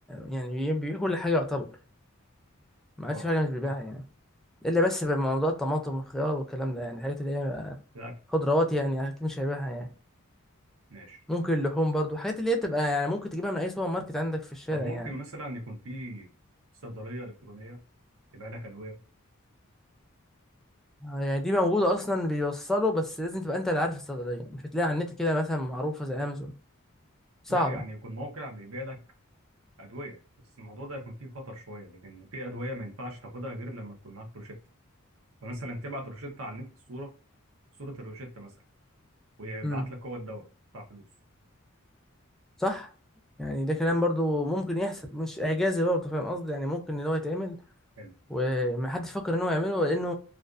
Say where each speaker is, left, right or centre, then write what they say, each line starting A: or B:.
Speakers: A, in the centre; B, on the right.
A: يعني بي- بيبيع كل حاجة يعتبر ما عادش
B: اه
A: في حاجة مش بيبيعها
B: صح
A: يعني الا بس بموضوع الطماطم والخيار والكلام ده يعني الحاجات اللي هي بقى
B: الأكل
A: خضروات يعني اكيد مش هيبيعها يعني
B: ماشي
A: ممكن اللحوم برضو الحاجات اللي هي تبقى يعني ممكن تجيبها من اي سوبر ماركت عندك في الشارع
B: طب ممكن
A: يعني
B: مثلا يكون في صيدلية إلكترونية تبيع لك أدوية
A: آه، يعني دي موجودة أصلا بيوصلوا بس لازم تبقى أنت اللي عارف الصيدلية مش هتلاقي على النت كده مثلا معروفة زي أمازون صعبة
B: لا يعني يكون موقع بيبيع لك أدوية بس الموضوع ده يكون فيه خطر شوية لأن في أدوية ما ينفعش تاخدها غير لما يكون معاك روشتة فمثلا تبعت روشتة على النت صورة صورة الروشتة مثلا ويبعت
A: امم
B: لك هو الدواء بتاع فلوس
A: صح يعني ده كلام برضو ممكن يحصل مش إعجازي برضو فاهم قصدي يعني ممكن إن هو يتعمل
B: حلو
A: ومحدش فكر إن هو يعمله لأنه